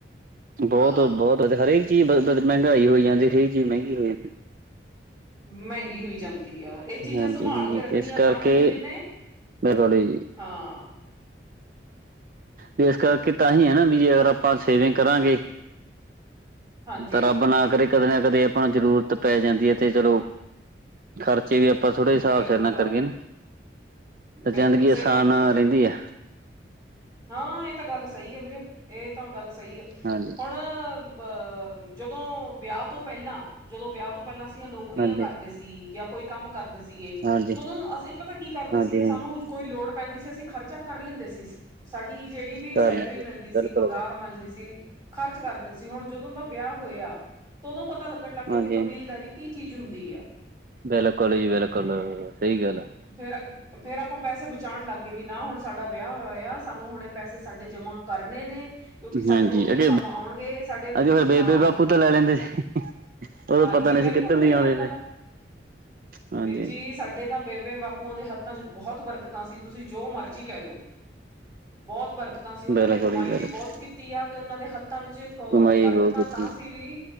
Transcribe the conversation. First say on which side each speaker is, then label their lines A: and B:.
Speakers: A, on the right (about 50°); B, on the right (about 20°).
A: ਬਹੁਤ-ਬਹੁਤ
B: ਹਾਂ
A: ਹਰੇਕ ਚੀਜ਼ ਮਹਿੰਗਾਈ ਹੋਈ ਜਾਂਦੀ, ਹਰੇਕ ਚੀਜ਼ ਮਹਿੰਗੀ ਹੋਈ
B: ਮਹਿੰਗੀ ਹੋਈ ਜਾਂ ਵਧੀਆ, ਏ
A: ਜਾਂਦੀ
B: ਚੀਜ਼ਾਂ
A: ਹਾਂਜੀ
B: ਸੰਭਾਲਕੇ
A: ਹਾਂਜੀ
B: ਰੱਖਣੀਆਂ
A: ਤੇ ਇਸ ਕਰਕੇ
B: ਤਾਂ ਜ਼ਰੂਰੀ ਨੇ,
A: ਬਿਲਕੁਲ ਜੀ
B: ਹਾਂ।
A: ਵੀ ਇਸ ਕਰਕੇ ਤਾਂਹੀ ਐ ਨਾ, ਵੀ ਜੇ ਅਗਰ ਆਪਾਂ ਸੇਵਿੰਗ ਕਰਾਂਗੇ।
B: ਹਾਂਜੀ
A: ਤਾਂ ਰੱਬ ਨਾ ਕਰੇ ਕਦੇ ਨਾ ਕਦੇ ਆਪਾਂ ਨੂੰ ਜ਼ਰੂਰਤ ਪੈ ਜਾਂਦੀ ਐ, ਤੇ ਚਲੋ ਖਰਚੇ ਵੀ ਆਪਾ ਥੋੜੇ ਹਿਸਾਬ
B: ਬਿਲਕੁਲ
A: ਸਿਰ ਨਾਲ
B: ਆ
A: ਕਰੀਏ ਨਾ ਤੇ
B: ਬਿਲਕੁਲ
A: ਜਿੰਦਗੀ
B: ਸਹੀ
A: ਅਸਾਨ
B: ਗੱਲ ਆ ਵੀਰ
A: ਰਹਿੰਦੀ
B: ਜੀ
A: ਆ।
B: ਹਾਂ, ਇਹ ਤਾਂ ਗੱਲ ਸਹੀ ਆ ਵੀਰੇ, ਇਹ ਤਾਂ ਗੱਲ ਸਹੀ ਆ,
A: ਹਾਂਜੀ
B: ਹੁਣ ਅ ਬਬ ਜਦੋਂ, ਵਿਆਹ ਤੋਂ ਪਹਿਲਾਂ, ਜਦੋਂ ਵਿਆਹ ਤੋਂ ਪਹਿਲਾਂ ਅਸੀ ਨੌਕਰੀਆਂ
A: ਹਾਂਜੀ
B: ਕਰਦੇ ਸੀ, ਯਾ ਕੋਈ ਕੰਮ ਕਰਦੇ ਸੀਗੇ,
A: ਹਾਂਜੀ
B: ਤਦੋਂ ਅਸੀਂ ਪਤਾ ਕੀ ਕਰਦੇ
A: ਹਾਂਜੀ
B: ਸੀਗੇ
A: ਹਾਂਜੀ
B: ਸਾਨੂੰ ਕੋਈ ਲੋੜ ਪੈਂਦੀ ਸੀ, ਅਸੀਂ ਖਰਚਾ ਕਰ ਲੀਂਦੇ ਸੀ, ਸਾਡੀ ਜਿਹੜੀ ਵੀ
A: ਕਰ
B: ਸੈਲਰੀ
A: ਲੈਂਦੇ
B: ਮਿਲਦੀ ਸੀ,
A: ਬਿਲਕੁਲ
B: ਪਗਾਰ
A: ਬਿਲਕੁਲ
B: ਮਲਦੀ ਸੀ ਖਰਚ ਕਰਦੇ ਸੀ, ਹੁਣ ਜਦੋਂ ਦਾ ਵਿਆਹ ਹੋਇਆ ਤਦੋਂ ਪਤਾ ਲੱਗਣ ਲੱਗ ਗਿਆ
A: ਹਾਂਜੀ
B: ਵੀ ਕਬੀਲਦਾਰੀ ਕੀ ਚੀਜ਼ ਹੁੰਦੀ ਆ।
A: ਬਿਲਕੁਲ ਜੀ, ਬਿਲਕੁਲ, ਸਹੀ ਗੱਲ ਆ।
B: ਫੇਰ, ਫ਼ੇਰ ਆਪਾਂ ਪੈਸੇ ਬਚਾਣ ਲੱਗ ਗਏ ਵੀ ਨਾ ਹੁਣ ਸਾਡਾ ਵਿਆਹ ਹੋਇਆ ਆ ਤੁਹਾਨੂੰ ਹੁਣ ਏ ਪੈਸੇ ਜਮ੍ਹਾਂ ਕਰਨੇ ਨੇ। ਕਿਉਂਕਿ ਸਾਨੂੰ
A: ਹਾਂਜੀ,
B: ਅੱਗੇ
A: ਅਗੇ,
B: ਕੰਮ ਆਉਣਗੇ ਸਾਡੇ
A: ਅੱਗੇ ਫਿਰ ਬੇਬੇ-ਬਾਪੂ
B: ਹਾਂ
A: ਤੋਂ ਲੈ ਲੈਂਦੇ ਉਦੋਂ
B: ਹਾਂਜੀ
A: ਪਤਾ ਨੀ ਸੀ
B: ਬਿਲਕੁਲ
A: ਕਿੱਧਰ
B: ਉਹੀ
A: ਦੀ ਆਉਂਦੇ
B: ਗੱਲ
A: ਨੇ,
B: ਆ
A: ਹਾਂਜੀ।
B: ਵੀਰ ਜੀ ਸਾਡੇ ਤਾਂ ਬੇਬੇ-ਬਾਪੂਆਂ ਦੇ ਹੱਥਾਂ'ਚ ਬਹੁਤ ਬਰਕਤਾਂ ਸੀ, ਤੁਸੀਂ ਜੋ ਮਰਜ਼ੀ ਕਹਿਦੋ। ਬਹੁਤ ਬਰਕਤਾਂ ਸੀ, ਉਹਨਾਂ
A: ਬਿਲਕੁਲ
B: ਨੇ ਕਮਾਈ
A: ਜੀ ਬਿਲਕੁਲ
B: ਵੀ ਬਹੁਤ ਕੀ ਤੀਆ, ਤੇ ਉਹਨਾਂ ਦੇ ਹੱਥਾਂ ਵਿੱਚ ਅ
A: ਕਮਾਈ
B: ਬਰਕਤਾਂ
A: ਬਹੁਤ ਕੀਤੀ
B: ਤਾਂ ਸੀ ਵੀ